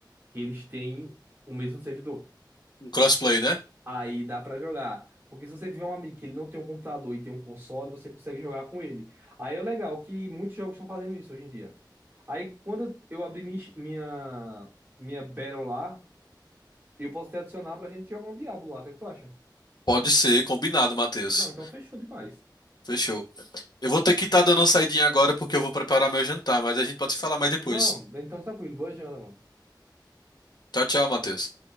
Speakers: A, on the right; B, on the left.
A: que eles têm o mesmo servidor.
B: Um crossplay, né?
A: Aí dá pra jogar. Porque se você tiver um amigo que ele não tem um computador e tem um console, você consegue jogar com ele. Aí é legal que muitos jogos estão fazendo isso hoje em dia. Aí quando eu eu abrir minha, minha, minha Battle lá, eu posso te adicionar pra gente jogar um Diablo lá. O que é que tu acha?
B: Pode ser, combinado, Matheus.
A: Não, então fechou demais.
B: Fechou. Eu vou ter que estar dando uma saidinha agora porque eu vou preparar meu jantar, mas a gente pode se falar mais depois.
A: Não, então tranquilo. Boa janta, mano.
B: Tchau, tchau, Matheus.